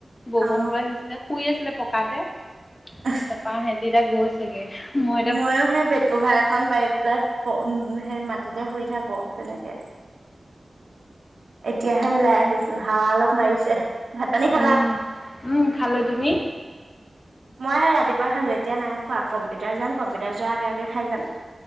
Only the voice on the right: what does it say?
অ
<unintelligible>
ময়ো সেই বেড কভাৰ এখন পাৰি পেলাই উম, সেই মাটিতে শুই থাকো তেনেকে। এতিয়াহে ওলাই আহিছো হাৱা অলপ মাইছে। ভাত পানী খালা?
মই সে ৰাতিপুৱাই খালো এতিয়া নাই খোৱা কম্পিউটাৰ যাম কম্পিউটাৰ যোৱাৰ আগে- আগে খাই যাম। <inaudible>